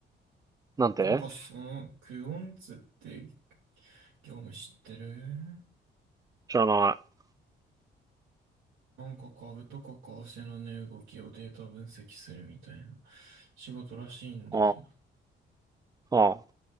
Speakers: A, on the right; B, on the right.
A: なんて
B: なんかその、クオンツって業務知ってる
A: 知らない。
B: なんか株とか為替の値動きをデータ分析するみたいな仕事らしいんだけど、
A: あ、あ、